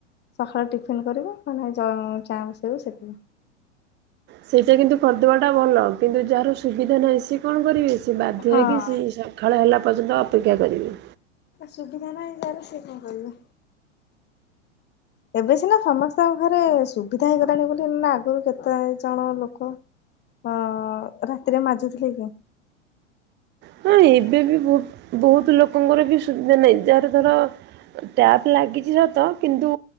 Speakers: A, on the left (about 30°); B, on the right (about 30°).
A: ସଖାଳ ଟି। ଫିନ୍ କରିବୁ। ନ ହେନେ ଚ ଚା ବସେଇବୁ ସେତିକି।
B: ସେଇଟା କିନ୍ତୁ କରିଦବାଟା ଭଲ। କିନ୍ତୁ ଯାହାର ସୁବିଧା ନାହିଁ ସିଏ କଣ କରିବେ ସେ ବାଧ୍ୟ
A: ହଁ
B: ହେଇକି ସେଇ ସ। ସଖାଳ ହେଲା ପର୍ଯ୍ୟନ୍ତ ଅପେକ୍ଷା କରିବେ।
A: ସୁବିଧା ନାହିଁ ଜାର ସେ କଣ କରିବ। ଏବେ ସିନା ସମସ୍ତଙ୍କ ଘରେ ସୁବିଧା ହେଇଗଲାଣି ବୋଲି ନା ଆଗୁରୁ କେତେ ଜଣ ଲୋକ। ହଁ, ରାତିରେ ମାଜୁଥିଲେ କି?
B: ହଁ, ଏବେ ବି ବହୁ ବହୁତ ଲୋକଙ୍କର ବି ସୁବିଧା ନାହିଁ। ଯାହାର ଧର। ଟ୍ୟାପ ଲାଗିଚି ସତ, କିନ୍ତୁ